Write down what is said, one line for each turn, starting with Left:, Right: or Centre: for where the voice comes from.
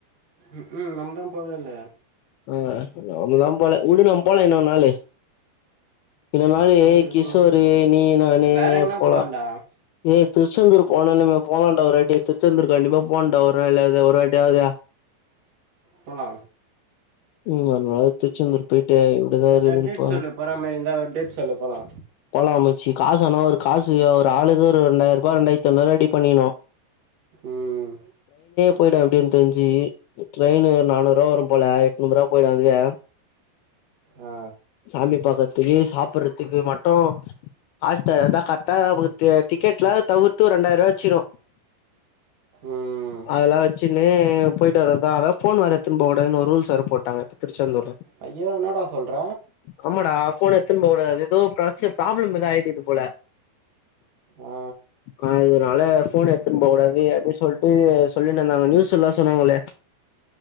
Right: ம் ம் நம்மதா போவே இல்ல
Left: ஆ நம்பதா போல வுடு நம்ம போலா இன்னொரு நாளு இன்னொரு நாளு
Right: எல்லா இப்போ
Left: கிஷோரு நீ நானு
Right: வேற எங்கனா
Left: போலா
Right: போலாம்டா
Left: ஏ திருச்செந்தூர் போனா நம்ம போலான்டா ஒரு வாட்டி திருச்செந்தூர் கண்டிப்பா போனுண்டா ஒரு நாள் இல்ல இது ஒரு வாட்டியாது
Right: போலா
Left: ம் ஒரு வாட்டி திருச்செந்தூர் போயிட்டு எப்டிதா
Right: கரெக்டா
Left: இருக்குதுன்னு
Right: டேட்
Left: பாக்கனு
Right: சொல்லு போற மாரி இருந்தா ஒரு டேட் சொல்லு போலா
Left: போலா மச்சி காசு ஆனா ஒரு காசு ஒரு ஆளுக்கு ஒரு ரெண்டாயிர ரூபா ரெண்டாயிரத்தி ஐநூறு ரூபா ரெடி பண்ணிர்னு
Right: ம்
Left: போயிடு அப்டின் தெரிஞ்சி ட்ரெயின் ஒரு நானூறு ரூவா வரும் போல எட்நூறு ரூவா போயிடு அதுவே
Right: ஆ
Left: சாமி பாக்கறத்துக்கு சாப்ட்றதுக்கு மட் ம் ஆஸ்தா இதா கரெக்ட்டா ஆ டிக்கெட்லா தவிர்த்து ஒரு ரெண்டாயிர ரூவா வச்சிக்கணு
Right: ம்
Left: அதெல்லா வச்சின்னு போயிட்டு வரதா அதா ஃபோன் வேற எத்துன்னு போக கூடாதுன்னு ஒரு ரூல்ஸ் வேற போட்டாங்க இப்ப திருச்செந்தூர்ல
Right: ஐயோ என்னடா சொல்ற
Left: ஆமாடா ஃபோன் எத்துன்னு போ கூடாது அது ஏதோ ப்ராப்ளம் ஏதோ ஆயிட்டுக்குது போல
Right: ஆ
Left: ஆ இதனால ஃபோன் எத்துன்னு போ கூடாது அப்டின் சொல்ட்டு சொல்லின்னுந்தாங்க நியூஸ்லல்லா சொன்னாங்களே